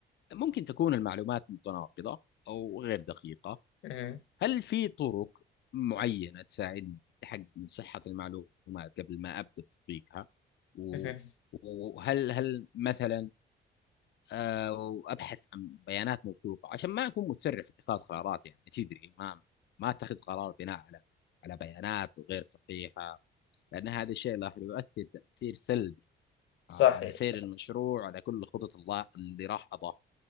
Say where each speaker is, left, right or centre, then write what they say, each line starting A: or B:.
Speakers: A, on the left (about 60°); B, on the left (about 80°).
A: ممكن تكون المعلومات متناقضه او غير دقيقه
B: مهم.
A: هل في طرق معينه تساعدني في التحقق من صحه المعلومات قبل ما ابدا تطبيقها و-
B: مهم.
A: وهل هل مثلا آه، وابحث عن بيانات موثوقه عشان ما اكون مسرع في اتخاذ قرارات يعني تدري ما ما اتخذ قرار بناء على على بيانات غير صحيحه لان هذا الشيء راح يؤثر تاثير سلبي
B: صحيح
A: آه، على سير المشروع على كل خطط الله اللي راح اضاف